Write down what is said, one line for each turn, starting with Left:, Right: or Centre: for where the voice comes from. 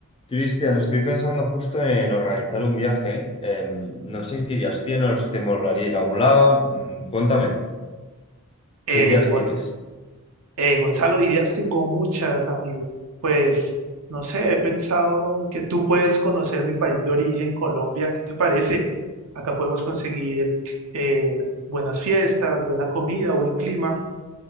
Left: Cristian, estoy pensando justo en organizar un viaje. Em, no sé qué ideas tienes o si te molaría ir a algún lado. Mm, Cuéntame,
Right: Eh,
Left: ¿qué ideas
Right: Gon-
Left: tienes?
Right: eh, Gonzalo, ideas tengo muchas, amigo. Pues, no sé, he pensado en que tú puedes conocer mi país de origen, Colombia. ¿Qué te parece? Acá podemos conseguir eh, buenas fiestas, buena comida, buen clima.